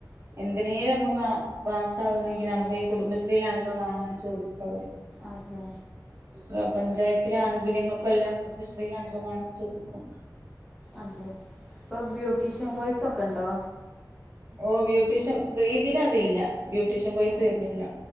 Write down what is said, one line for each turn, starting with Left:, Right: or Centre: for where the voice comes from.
Right: എന്തിനേലും നമ്മുക്ക് പാസ്സ് ആകണമെങ്കിൽ നമുക്ക് ഈ കുടുംബശ്രീയിലെ അംഗമാണോന്ന് ചോദിക്കും അവര്.
Centre: അതെ
Right: ആഹ് പഞ്ചായത്ത് ത്തിലെ ആനുകൂല്യങ്ങൾക്കെല്ലാം കൂടുംബശ്രീ അംഗമാണോന്ന് ചോദിക്കും.
Centre: അതെ ഇപ്പോ ബ്യൂട്ടീഷ്യൻ കോഴ്സൊക്കെണ്ടോ?
Right: ഓഹ് ബ്യൂട്ടീഷ്യൻ ഇതിൽ അതില്ല. ബ്യൂട്ടീഷ്യൻ കോഴ്സ്
Centre: ഏ
Right: വരുന്നില്ല.